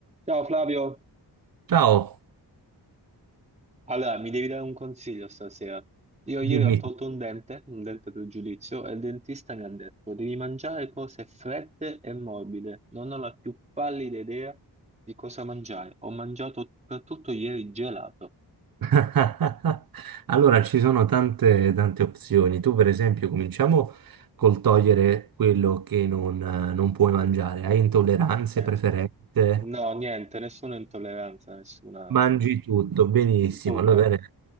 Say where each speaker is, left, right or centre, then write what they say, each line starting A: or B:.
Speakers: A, on the right (about 15°); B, on the right (about 55°).
A: Ciao Flavio,
B: Ciao,
A: allora mi devi dare un consiglio stasera. Io ieri
B: dimmi.
A: ho tolto un dente, un dente del giudizio, e il dentista mi ha detto devi mangiare cose fredde e morbide. Non ho la più pallida idea di cosa mangiare. Ho mangiato per tutto ieri gelato.
B: <laughs> Allora, ci sono tante, tante opzioni. Tu, per esempio, cominciamo col togliere quello che non, non puoi mangiare. Hai intolleranze,
A: Cioè,
B: preferenze,
A: no, niente, nessuna intolleranza, nessuna...
B: mangi tutto, benissimo.
A: Tutto.
B: Allora, bene.